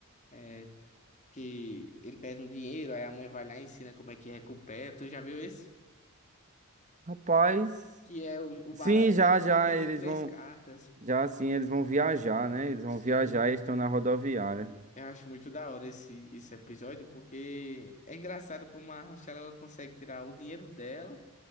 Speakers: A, on the left (about 35°); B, on the right (about 35°).
A: É, que ele pede um dinheiro, aí a mãe vai lá e ensina como é que recupera. Tu já viu esse?
B: Rapaz,
A: Que é o, o bara-
B: sim, já,
A: um monte
B: já,
A: de
B: eles
A: três
B: vão,
A: cartas.
B: já assim, eles vão viajar, né? Eles vão
A: Sim,
B: viajar e estão na rodoviária.
A: eu acho muito da hora esse, esse episódio, porque é engraçado como a Rochelle ela consegue tirar o dinheiro dela,